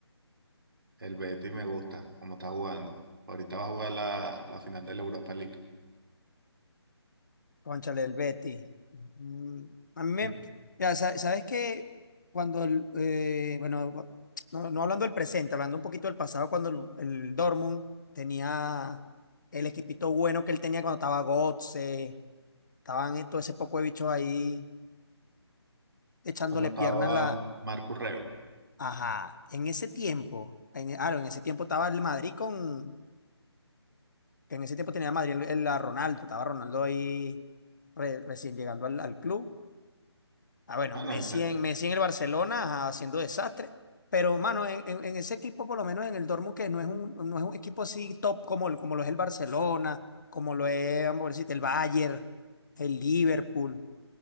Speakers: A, on the right (about 55°); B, on the left (about 45°).
A: el Betis me gusta, cómo está jugando. Ahorita va a jugar la, la final de la Europa League.
B: Cónchale, el Betty Mm, A mí me,
A: Ya.
B: ya, sa- sabes que cuando, el, eh, bueno, cu- no, no hablando del presente, hablando un poquito del pasado, cuando el, el Dortmund tenía el equipito bueno que él tenía cuando estaba Götze, estaban eh, todo ese poco de bichos ahí echándole
A: Cuando estaba
B: pierna a la...
A: Marcus Reu.
B: Ajá, en ese tiempo, en, ah, en ese tiempo estaba el Madrid con, que en ese tiempo tenía Madrid el, el- a Ronaldo, estaba Ronaldo ahí re- recién llegando al al club. Ah, bueno,
A: Ah,
B: Messi
A: no, que-
B: en, Messi en el Barcelona ajá, haciendo desastre. Pero, mano, en, en- en ese equipo, por lo menos en el Dortmund, que no es un, no es un equipo así top como, el- como lo es el Barcelona, como lo es, vamos a decirte, el Bayern, el Liverpool.